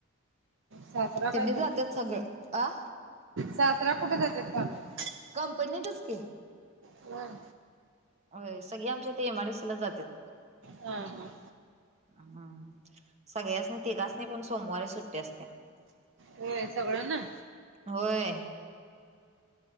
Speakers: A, on the right; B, on the right.
A: सासरा काय
B: त्यांनी
A: करतात?
B: जात्यात सगळं आ
A: सासरा कुठे जातात कानाऽ
B: कंपनीतच की.
A: होय,
B: अ, सगळे आमच्या इथे एम आय डि सी लाच जात्यात.
A: हा, हा,
B: हम्म,, सगळ्यासनी तिघासनि पण सोमवारी सुट्टी असत्या.
A: होय, सगळा नां.
B: होय,